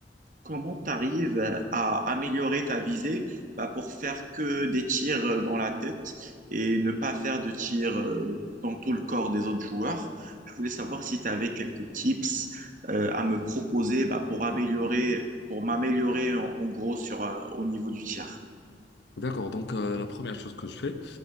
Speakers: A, on the right (about 45°); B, on the left (about 80°).
A: comment tu arrives euh, à améliorer ta visée bah, pour faire que des tirs euh, dans la tête et ne pas faire de tirs euh, dans tout le corps des autres joueurs? Je voulais savoir si tu avais quelques tips euh, à me proposer bah, pour améliorer, pour m'améliorer en, en gros sur, euh, au niveau du tir.
B: D'accord, donc euh, la première chose que je fais,